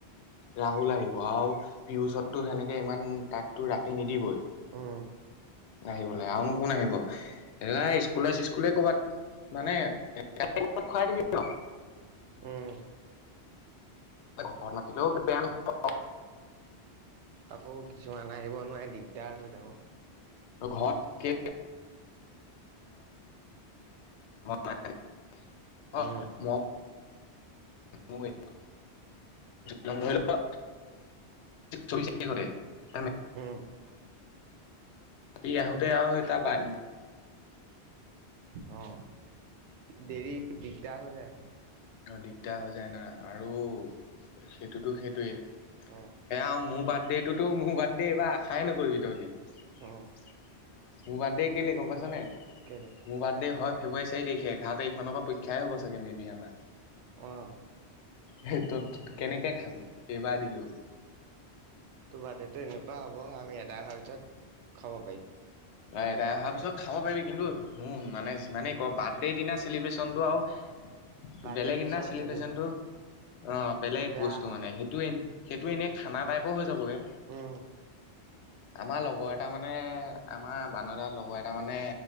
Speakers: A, on the left; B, on the right.
A: ৰাহুল আহিব আৰু পিয়ুষতো সেনেকে ইমান তাততো ৰাতি নিদিবই।
B: উম,
A: আহিবলৈ আৰুনো কোন আহিব এ স্কুলে চিস্কুলে কৰ'বাত মানে তপ খুৱাই দিবি ন।
B: উম।
A: ঘৰত মাতিলেও বেয়া ন।
B: আকৌ কিছুমান আহিব নোৱাৰে দিগদাৰ হৈ যাব।
A: ঘৰত <inaudible> অ
B: উম,
A: মই ধৰি লব <unintelligible> চ কৰে। <unintelligible>
B: উম,
A: ৰাতি আহোতে আৰু এতিয়া য
B: অ দেৰি দিগদাৰ হৈ যায়।
A: অ দিগদাৰ হৈ যায়। না আৰু সেইটোতো সেইটোৱে সেয়া
B: অ',
A: আৰু মোৰ বাদ সেইটোতো মোৰ বাৰ্থডে' এইবাৰ আশাই নকৰিবি তহঁতি।
B: অ',
A: মোৰ বাৰ্থডে কেলে গম পাইছ নাই
B: কেলে
A: মোৰ বাৰ্থডে হয়। ফেব্ৰাৰী চাৰিাৰিখেঘাৰ তাৰিখমানৰ পৰা পৰীক্ষাই হ'ব চাগে মে বি আমাৰ।
B: অঁ
A: এইেই ত কেনেকে খাবি এইবাৰ দিলেও।
B: তো বাদটো এনেকুৱা হ'ব আমি এধায় হোৱাৰ পিছত খাব পাৰিম।
A: অ এদাই অহাৰ পিছত খাব পাৰিবি। কিন্তু শুন মানে যিমানেই ক বাৰ্থডেৰ দিনা চেলিব্ৰেশ্যনটো আৰু।
B: বাৰ্থডে
A: বেলেগ
B: পিছত
A: এদিনা চেলিব্ৰেচনটো।
B: চেলিব্ৰেট
A: অ বেলেগ
B: বেয়া
A: বস্তু
B: হয়।
A: মানে সেইটো সেইটো এনেই খানা টাইপৰ হৈ যাবগে।
B: উম,
A: আমাৰ লগৰ এটা মানে আমাৰ বানাদাৰ লগৰ এটা মানে